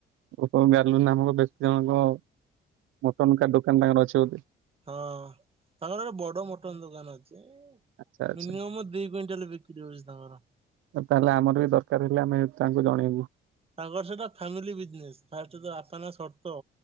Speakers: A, on the right; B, on the right.
A: ଓହୋ, ଗାଲୁ ନାମକ ବ୍ୟକ୍ତି ଜଣଙ୍କ ମଟନକା ଦୋକାନ ତାଙ୍କର ଅଛି ବୋଧେ।
B: ହଁ, ତାଙ୍କର ବଡ ମଟନ ଦୋକାନ ଅଛି ମିନିମମ୍
A: ଆଚ୍ଛା ଆଚ୍ଛା
B: ଦି କ୍ୱିଣ୍ଟଲ ବିକ୍ରି ହଉଛି ତାଙ୍କର।
A: ଅର ତାହେଲେ ଆମର ବି ଦରକାର ହେଲେ ଆମେ ତାଙ୍କୁ ଜଣେଇବୁ।
B: ତାଙ୍କର ସେଟା ଫ୍ୟାମିଲି ବିଜନେସ, ଫାଷ୍ଟ ତା ବାପା ନା ଶରତ